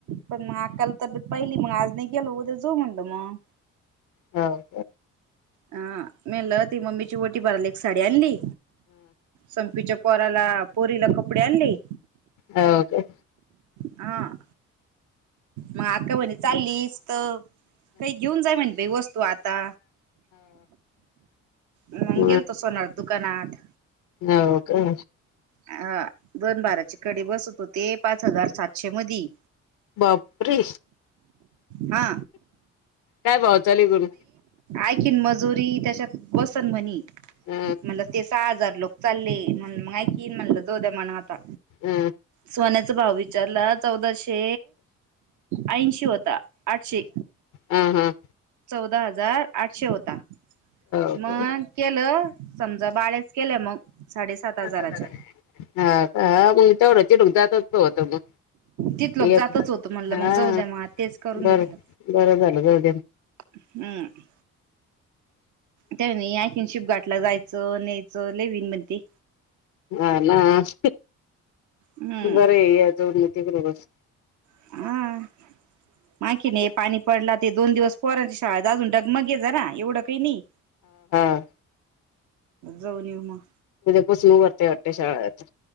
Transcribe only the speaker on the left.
हं
हो का?
म
हो का?
बापरे!
काय भाव चालु ये सोन?
अ
अ
ह हां
ओके
हजार आहे. हा का हा मग तेवढं तीडूक जातच होत मग.
एक
हा
बर
बरं झालं जाऊद्या मग.
ह ना आस
बरं आहे याजोडूनती बरोबर.
हा
<unintelligible> ते
पुुसनू वरते शाळेत.